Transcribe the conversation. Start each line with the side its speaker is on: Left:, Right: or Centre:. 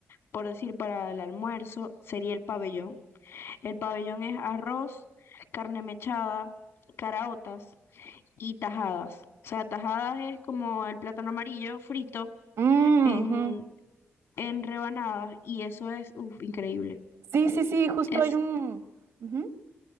Left: por decir, para el almuerzo, sería el pabellón. El pabellón es arroz, carne mechada, caraotas. y tajadas. O sea, tajadas es como el plátano amarillo frito
Right: Mm,
Left: en,
Right: ujú.
Left: en rebanadas y eso es, uf, increíble.
Right: Sí, sí, sí, justo
Left: Es
Right: hay un... ujú.